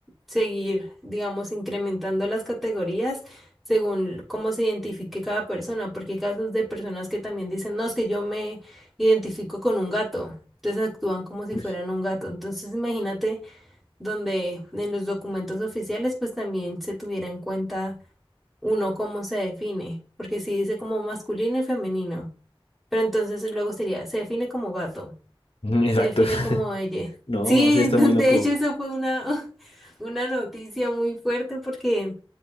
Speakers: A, in the centre; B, on the left.
A: seguir, digamos, incrementando las categorías según cómo se identifique cada persona, porque hay casos de personas que también dicen, no, es que yo me identifico con un gato, entonces actúan como si
B: <laughs>
A: fueran un gato. Entonces imagínate donde en los documentos oficiales pues también se tuviera en cuenta uno cómo se define, porque si dice como masculino y femenino, pero entonces luego sería, se define como gato.
B: Exacto.
A: Se define
B: <laughs>
A: como ella.
B: No,
A: Sí,
B: sí, está
A: <laughs> de
B: muy loco.
A: hecho eso fue una, <laughs> una noticia muy fuerte porque